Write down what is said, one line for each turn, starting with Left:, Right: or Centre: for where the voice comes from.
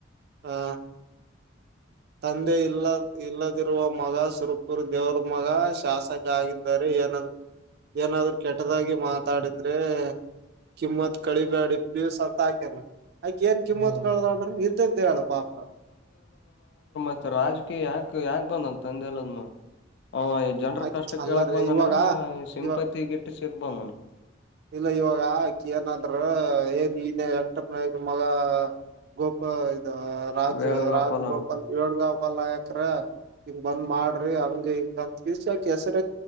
Right: ಆ ತಂದೆ ಇಲ್ಲ ಇಲ್ಲದಿರುವ ಮಗ ಸುರಪುರ್ ದೇವ್ರ ಮಗ ಶಾಸಕ ಆಗಿದ್ದಾರೆ ಏನಂತ ಏನಾದ್ರು ಕೆಟ್ಟದಾಗಿ ಮಾತಾಡಿದ್ರೆ ಕಿಮ್ಮತ್ ಕಳಿಬ್ಯಾಡಿ ಪ್ಲೀ್ಸ್ ಅಂತ ಹಾಕೇನೆ ಆಯಕ ಏನ್ ಕಿಮ್ಮತ್
Left: ಹ್ಮ್
Right: ಕ್ದಡ್ರ ನಿ್ದ ಇದ್ದ ಹೇಳಳ ಪಾಪ
Left: ಮತ್ತ ರಾಜಕೀಯ ಯಾಕ ಯಾಕೆ ಬಂದನ್ ತಂದೆಲ್ಲದ ಹ ಜನ್ರ
Right: ಆಕಿ
Left: ಕಷ್ಟ
Right: ಅಲ್ಲರಿ
Left: ಕೇಳಕ್ ಬಂದನೇನ್
Right: ಇವಾಗ
Left: ಸಿಂಪತಿಗಿಟ್ಟ
Right: ಇವ
Left: ಸಿಕ್ ಬಂದನ
Right: ಇಲ್ಲ ಇವಾಗ ಆಕ ಏನಾದ್ರರು ಏನ್ ಇನ ವಂಟಪ್ಪನಾಯ ಮಗ ಗೋಪಾ ಇದು ರಾಜು
Left: ವೇಣುಗೋಪಾಲ
Right: ರಾಜ್ ಗೋಪಾರಗ ಹಬ ನಾಯಕರ ಹಿಂಗ ಬಂದ್ ಮಾಡ್ರಿ ಹಂಗ ಹಿಂಗಂತ ತಿರ್ಸಾಕ ಹೆಸರ